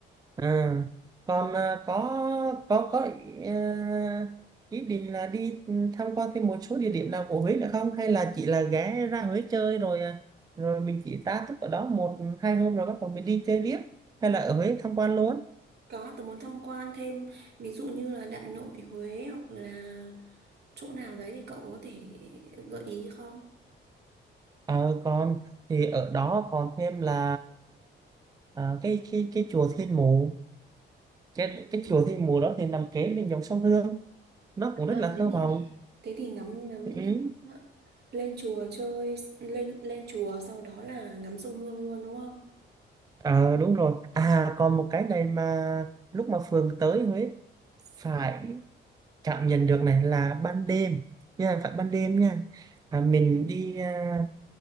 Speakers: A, on the right; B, on the right.
A: À, còn à, có có có ý, à, ý định là đi tham quan thêm một số địa điểm nào của Huế nữa không? Hay là chỉ là ghé ra Huế chơi rồi à, rồi mình chỉ tá túc ở đó một hai hôm rồi bắt đầu mình đi chơi tiếp hay
B: Ừ.
A: là ở Huế tham quan luôn?
B: có tôi muốn tham quan thêm ví dụ như là Đại Nội Huế hoặc là chỗ nào đấy thì cậu có thể gợi ý không
A: Ờ còn thì ở đó còn thêm là à, cái cái cái chùa Thiên Mụ cái
B: Ừ.
A: cái chùa Thiên Mùa đó thì nằm kế bên dòng sông Hương nó
B: À,
A: cũng rất là
B: thế
A: thơ
B: thì
A: mộng
B: thế thì ngắm ngắm
A: ừ.
B: ờ, lên chùa chơi lên lên chùa sau đó là ngắm sông Hương luôn đúng không
A: à, đúng rồi à còn một cái này mà lúc mà Phường tới Huế phải cảm nhận được này là ban đêm nha phải ban đêm nha à, mình đi à,